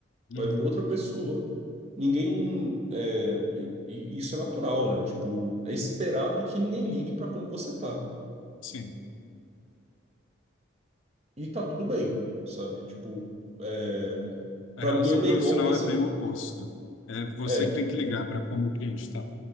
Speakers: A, on the left; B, on the right.
A: Uhum.
B: vai vir outra pessoa. Ninguém. é, e, e isso é natural, né? Tipo, é esperado que ninguém ligue pra como você tá.
A: Sim.
B: E tá tudo bem, sabe? Tipo, é,
A: A
B: para
A: relação
B: mim é melhor
A: profissional
B: dessa
A: é bem
B: forma.
A: o oposto. É você
B: É,
A: que tem que ligar para como o cliente está.